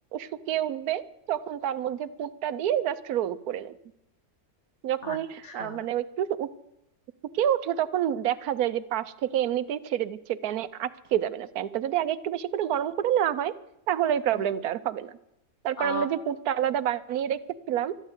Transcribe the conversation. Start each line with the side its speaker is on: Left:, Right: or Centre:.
Right: শুকিয়ে উঠবে তখন তার মধ্যে পুরটা দিয়ে জাস্ট রোল করে নেব যখন
Left: আচ্ছা।
Right: আহ, মানে একটু ফুঁকে উঠে তখন দেখা যায় যে পাশ থেকে এমনিতেই ছেড়ে দিচ্ছে প্যানে আটকে যাবে না প্যানটা যদি আগে একটু বেশি করে গরম করে নেওয়া হয় তাহলে এই প্রবলেমটা
Left: হুম।
Right: আর হবে না তারপর
Left: আ
Right: আমরা যে পুরটা আলাদা বানিয়ে রেখেছিলাম